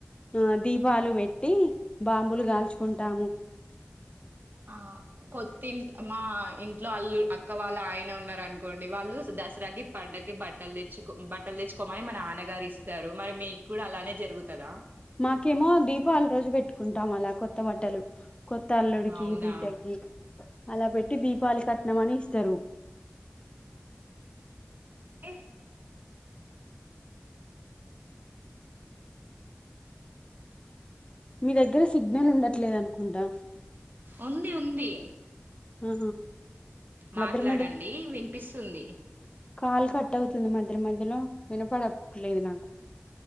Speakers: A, on the left; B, on the right.
A: ఆ దీపాలు పెట్టి బాంబులు గాల్చుకుంటాము.
B: ఆ కొత్తింటి మా ఇన్ ట్లో అళ్ళు అక్క వాళ్ళ ఆయన ఉన్నార్ అనుకోండి, వాళ్ళు దస్ త్రా గి పండక్కి బట్టలు తెచ్చుకో, బట్టలు తెచ్చుకోమని మా నాన్నగారు ఇస్తారు. మరి మీకు కూడ అలానే జరుగుతదా?
A: మాకేమో దీపావళి రోజు పెట్టుకుంటాం అలా కొత్త బట్టలు కొత్త అల్లుడికి,
B: అవునా
A: బిడ్డకి అలా పెట్ ట్టి దీపావళి కట్నం అని ఇస్తరు.
B: ఎ
A: మీ దగ్గర సిగ్నల్ ఉండట్లేదు అనుకుంటా!
B: ఉంది. ఉంది.
A: ఆ
B: మాట్లాడండి
A: మధ్య
B: వినిపిస్తుంది
A: కాలు కట్ అవుతుంది మధ్య మధ్యలో వినపడలేదు నాకు